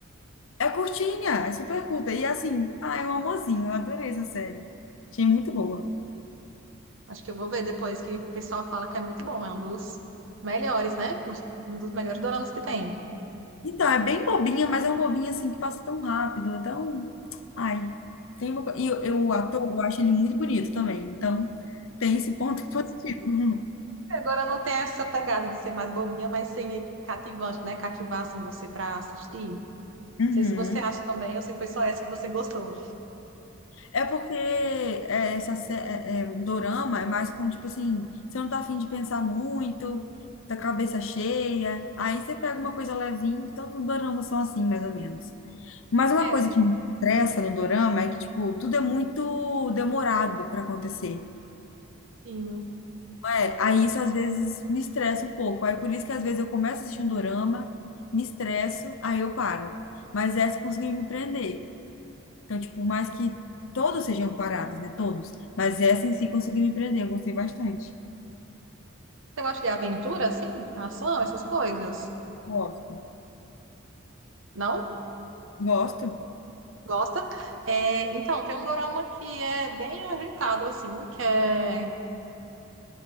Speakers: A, on the left; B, on the right.
A: É curtinha, é super curta. E assim, ah, é um amorzinho. Eu adorei essa série. Achei muito boa.
B: Acho que eu vou ver depois que o pessoal fala que é muito bom, é um dos melhores, né? Os- Um dos melhores doramas que tem.
A: Então, é bem bobinha, mas é um bobinho assim que passa tão rápido, é tão. Ai, tem uma... co- E o e o ator, eu acho ele muito bonito também. Então, tem esse ponto <laughs> positivo.
B: É, Agora não tem essa pegada de ser mais bobinha, mas ser cativante, né? Cativar assim, você pra assistir. Não
A: Uhum.
B: sei se você acha também, ou se foi só essa que você gostou.
A: É porque é, essa sé- é, é, o dorama é mais com, tipo assim, você não tá afim de pensar muito, tá com a cabeça cheia, aí você pega uma coisa levinha, que todos os doramas são assim, mais ou menos. Mas uma
B: É,
A: coisa que me estressa no dorama é que, tipo, tudo é muito demorado pra acontecer.
B: sim.
A: É, aí isso às vezes me estressa um pouco. Aí por isso que às vezes eu começo a assistir um dorama, me estresso, aí eu paro. Mas essa eu consegui me prender. Então, tipo, por mais que todos sejam parados, né? Todos. Mas essa em si conseguiu me prender, eu gostei bastante.
B: Você gosta de aventura, assim? Ação, essas coisas?
A: Gosto.
B: Não?
A: Gosto.
B: Gosta? É, então, tem um dorama que é bem agitado, assim, que é